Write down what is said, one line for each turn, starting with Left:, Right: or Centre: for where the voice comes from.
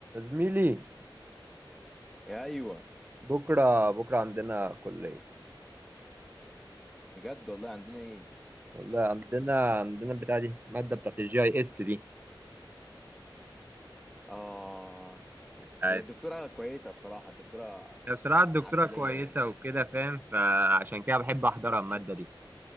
Right: زميلي
Centre: ايوه
Right: بكرة بكرة عندنا كلية
Centre: بجد والله عندنا ايه
Right: والله عندنا عندنا بتاع دي المادة بتاعت الجي اي اس دي
Centre: اه
Right: بتاعت
Centre: هي الدكتوره كويسه بصراحه الدكتوره
Right: هي بصراحة الدكتورة
Centre: عسليه
Right: كويسة
Centre: يعني
Right: وكده فاهم فعشان كده بحب
Centre: مش ع-
Right: أحضرها المادة
Centre: مش ع-
Right: دي